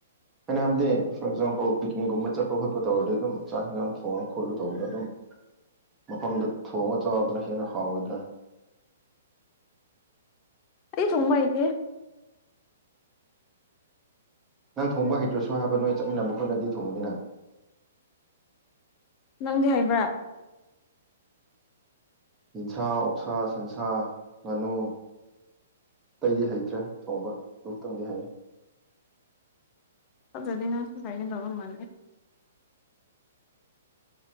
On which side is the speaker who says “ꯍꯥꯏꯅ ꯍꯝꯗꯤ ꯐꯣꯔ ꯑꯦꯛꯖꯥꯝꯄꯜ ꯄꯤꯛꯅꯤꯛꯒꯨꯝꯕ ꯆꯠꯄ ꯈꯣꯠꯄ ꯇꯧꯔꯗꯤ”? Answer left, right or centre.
Right